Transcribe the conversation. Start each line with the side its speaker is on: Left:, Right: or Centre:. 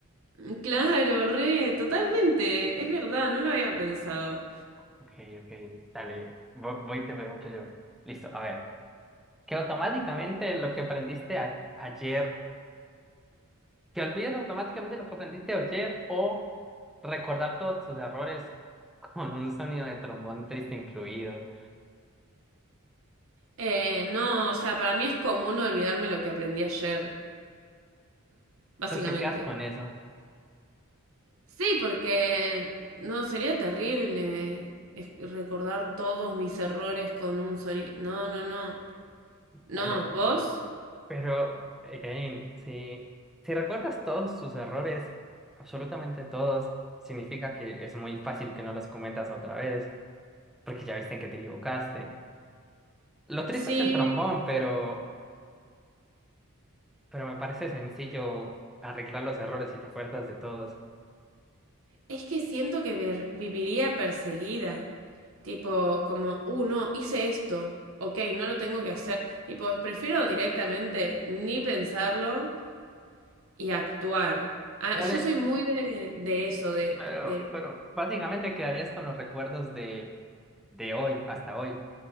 Right: Mm, Claro, re, totalmente, es verdad, no lo había pensado.
Centre: ok, ok, dale, vo- voy y te pregunto yo. Listo, a ver, que automáticamente lo que aprendiste a- ayer, que olvides automáticamente lo que aprendiste ayer o recordar todos tus errores con un sonido de trombón triste incluido.
Right: Eh, no, o sea, para mí es común olvidarme lo que aprendí ayer, básicamente.
Centre: Entonces te quedas con eso.
Right: Sí, porque, no, sería terrible es- recordar todos mis errores con un sonido. No, no, no. No,
Centre: Dale.
Right: ¿vos?
Centre: Pero, again, si, si recuerdas todos tus errores, absolutamente todos, significa que es muy fácil que no los cometas otra vez, porque ya viste en que te equivocaste. Lo triste
Right: Sí,
Centre: es el trombón, pero, pero me parece sencillo arreglar los errores si te acuerdas de todos.
Right: Es que siento que ver- viviría perseguida. Tipo, como, uh, no, hice esto. Ok, no lo tengo que hacer. Tipo, prefiero directamente ni pensarlo y actuar. Ah,
Centre: Dale,
Right: yo soy muy de, de eso, de,
Centre: pero,
Right: de...
Centre: pero básicamente quedarías con los recuerdos de, de hoy, hasta hoy,